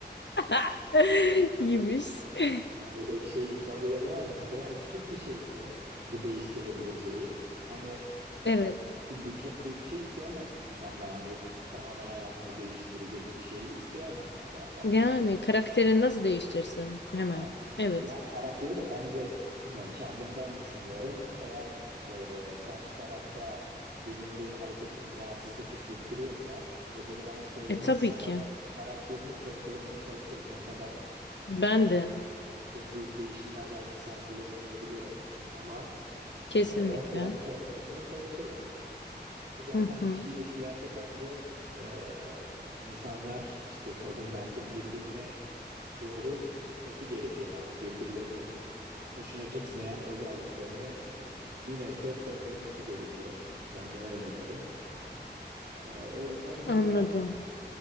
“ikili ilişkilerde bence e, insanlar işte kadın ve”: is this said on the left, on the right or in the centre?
Right